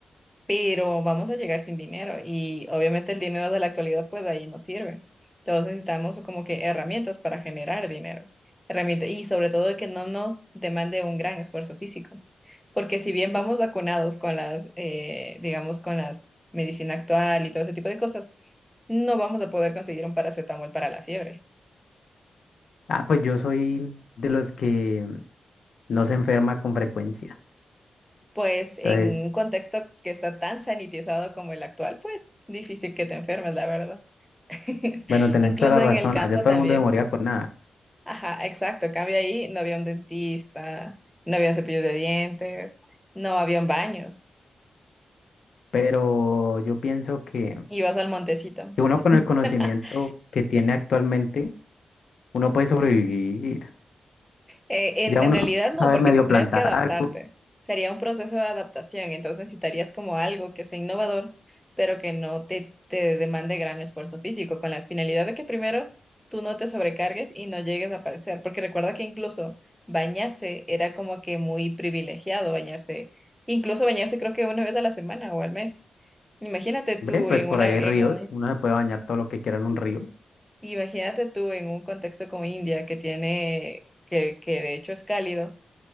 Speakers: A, in the centre; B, on the left.
A: pero vamos a llegar sin dinero y obviamente el dinero de la actualidad pues de ahí no sirve. Entonces necesitamos como que herramientas para generar dinero, herramientas y sobre todo que no nos demande un gran esfuerzo físico. Porque si bien vamos vacunados con las, eh, digamos, con las medicina actual y todo ese tipo de cosas, no vamos a poder conseguir un paracetamol para la fiebre.
B: ah, pues yo soy de los que no se enferma con frecuencia.
A: Pues en
B: Entonces,
A: un contexto que está tan sanitizado como el actual, pues difícil que te enfermes, la verdad. <laughs>
B: bueno, tenés
A: Incluso
B: toda la razón.
A: en el campo
B: Allá todo
A: también.
B: el mundo se moría con nada.
A: Ajá, exacto. En Cambio ahí, no había un dentista, no había cepillos de dientes, no habían baños.
B: Pero yo pienso que.
A: Ibas al montecito.
B: que uno
A: <laughs>
B: con el conocimiento que tiene actualmente, uno puede sobrevivir.
A: Eh,
B: Ya
A: en, en
B: uno
A: realidad no,
B: sabe
A: porque
B: medio
A: tendrías
B: plantar
A: que adaptarte.
B: algo,
A: Sería un proceso de adaptación, entonces necesitarías como algo que sea innovador, pero que no te, te demande gran esfuerzo físico, con la finalidad de que primero tú no te sobrecargues y no llegues a padecer, porque recuerda que incluso bañarse era como que muy privilegiado bañarse, incluso bañarse creo que una vez a la semana o al mes. Imagínate tú
B: ¿ve? Pues
A: en
B: por
A: una,
B: ahí hay
A: en
B: ríos,
A: un,
B: uno se puede bañar todo lo que quiera en un río.
A: imagínate tú en un contexto como India que tiene, que, que de hecho es cálido